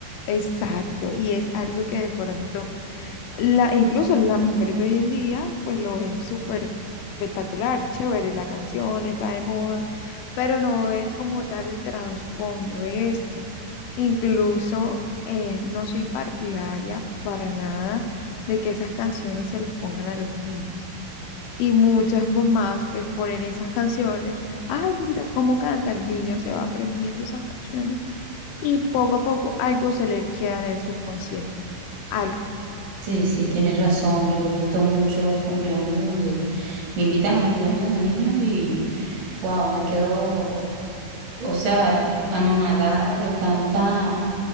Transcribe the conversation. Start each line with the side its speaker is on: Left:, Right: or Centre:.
Left: exacto. Y es algo que de pronto, la, incluso las mujeres de hoy en día, pues lo ven súper espectacular, chévere, la canción está de moda, pero no ven como tal el trasfondo de esto. Incluso eh, no soy partidaria para nada de que esas canciones se los pongan a los niños. Y muchas mamás pues ponen esas canciones. Ay, mira cómo canta el niño, se va aprendiendo esas canciones. Y poco a poco algo se le queda en el subconsciente. Algo.
Right: Sí, sí, tienes razón. Yo he visto muchos cumpleaños donde me invitan a cumpleaños de niños y wow, me quedo, o sea, anonadada de tanta